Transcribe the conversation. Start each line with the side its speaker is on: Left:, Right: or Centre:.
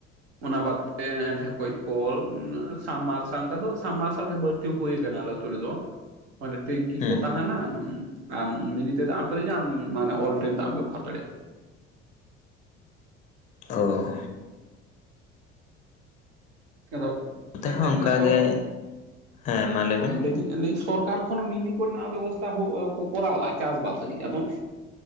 Right: ᱚᱱᱟ ᱵᱟᱫᱛᱮ ᱰᱷᱮᱠᱚᱡ ᱠᱚᱞ ᱥᱟᱵᱢᱟᱨᱥᱟᱞ ᱱᱮᱛᱟᱨ ᱫᱚ ᱥᱟᱵᱢᱟᱨᱥᱟᱞ ᱜᱮ ᱵᱟᱹᱲ ᱪᱚ ᱦᱳᱭ ᱠᱟᱱᱟ ᱟᱞᱮ ᱟᱛᱳ ᱨᱮᱫᱚ ᱢᱟᱱᱮ ᱴᱤᱝ
Left: ᱦᱮᱸ
Right: ᱛᱟᱦᱮᱱᱟ ᱟᱢ ᱢᱤᱱᱤᱛᱮ ᱫᱟᱜ ᱮᱢ ᱯᱮᱨᱮᱡᱟ ᱟᱢ ᱢᱟᱱᱮ ᱚᱞ ᱴᱟᱭᱤᱢ ᱫᱟᱜ ᱮᱢ ᱵᱮᱵᱚᱦᱟᱨ ᱫᱟᱲᱮᱭᱟᱜᱼᱟ᱾
Left: ᱛᱚ
Right: ᱟᱫᱚ
Left: ᱱᱚᱛᱮ
Right: ᱢᱤᱫᱴᱟᱝ
Left: ᱦᱚᱸ ᱚᱱᱠᱟᱜᱮ
Right: ᱥᱚᱨᱠ
Left: ᱦᱮᱸ ᱢᱟ ᱞᱟᱹᱭᱵᱮᱱ
Right: ᱞᱮᱫᱟᱹᱧ ᱞᱮᱫᱤᱧ ᱥᱚᱨᱠᱟᱨ ᱢᱤᱱᱤ ᱠᱚᱨᱮᱱᱟᱜ ᱵᱮᱵᱚᱥᱛᱷᱟ ᱠᱚ ᱠᱚᱨᱟᱣ ᱞᱮᱫᱟ ᱪᱟᱥ ᱵᱟᱥ ᱞᱟᱜᱤᱫ ᱟᱫᱚ